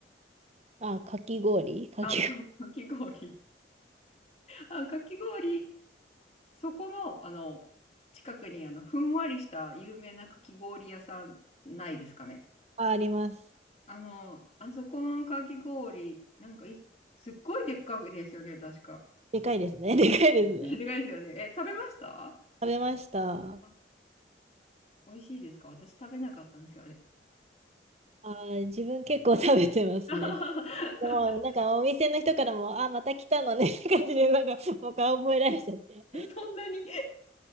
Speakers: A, on the right (about 35°); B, on the left (about 35°).
A: あ、かき氷かき氷。
B: あ、そう、かき氷。あ、かき氷、そこの、あの、近くに、あの、ふんわりした有名なかき氷屋さんないですかね。
A: あ、あります。
B: あの、あそこのかき氷、なんかい、すっごいでっかくですよね、確か。
A: でかいですね。<laughs> でかいですね。
B: <laughs> でかいですよね。え、食べました
A: 食べました。
B: あ、美味しいですか私食べなかったんですよ、あれ。
A: あー、自分結構食べてますね。
B: <laughs>
A: でも、なんかお店の人からも、あ、また来たのねって感じで、なんかもう顔覚えられちゃって。
B: そんなに